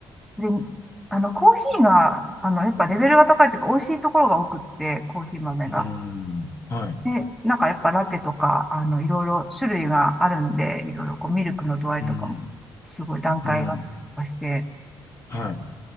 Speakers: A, in the centre; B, on the left.
A: う、で、あの、コーヒーが、あの、やっぱレベルが高いというか、美味しいところが多くって、コーヒー豆が。
B: え、うん。はい。
A: で、なんかやっぱラテとか、あの、いろいろ種類があるんで、いろいろこう、ミルクの度合いとかも、
B: うん。
A: すごい段階があったりとかして、
B: うん。はい。